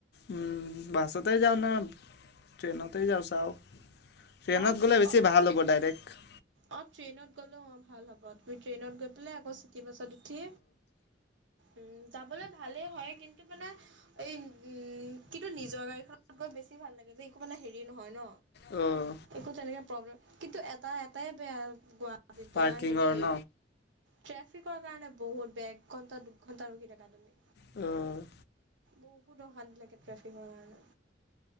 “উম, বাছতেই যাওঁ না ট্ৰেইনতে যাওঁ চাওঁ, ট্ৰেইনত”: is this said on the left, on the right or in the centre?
Left